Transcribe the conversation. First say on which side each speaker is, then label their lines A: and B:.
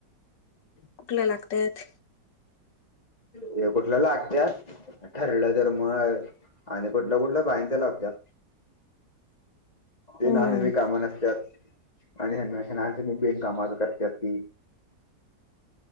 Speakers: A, on the left; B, on the left.
A: कुठल्या लागतात.
B: ते कुठलं लागतात. ठरलं तर मग. आणि कुठलं कुठलं बाईचा लावत्यात. ते
A: हम्म
B: ना कामा नसतात. आणि याना बेनकाम करतात ती